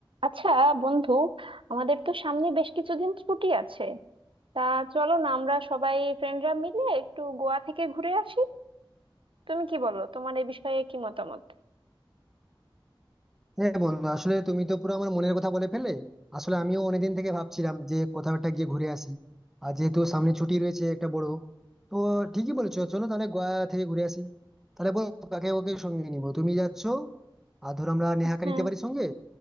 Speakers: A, on the right; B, in the centre.
A: আচ্ছা বন্ধু আমাদের তো সামনে বেশ কিছুদিন ছুটি আছে তা চলো না আমরা সবাই ফ্রেন্ডরা মিলে একটু গোয়া থেকে ঘুরে আসি তুমি কি বলো তোমার এই বিষয়ে কি মতামত
B: হ্যাঁ বন্ধু আসলে তুমি তো পুরো আমার মনের কথা বলে ফেলে আসলে আমিও অনেকদিন থেকে ভাবছিলাম যে কোথাও একটা গিয়ে ঘুরে আসি আর যেহেতু সামনে ছুটি রয়েছে একটা বড় তো ঠিকই বলেছো চলো তাহলে গোয়া থেকে ঘুরে আসি তাহলে বলো কাকে ওকে সঙ্গে নিবো তুমি যাচ্ছ আর ধরো আমরা নেহাকে
A: হ্যাঁ
B: নিতে পারি সঙ্গে